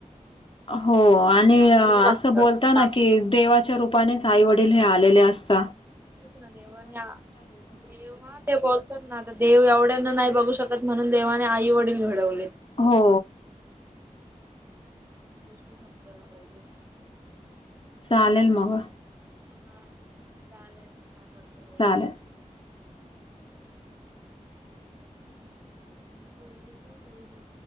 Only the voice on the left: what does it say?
हो आणि
असं
बोलता
ना
कि देवाच्या रूपानेच आईवड वडील हे आलेले असत
हो
सालेल मग
चालेल.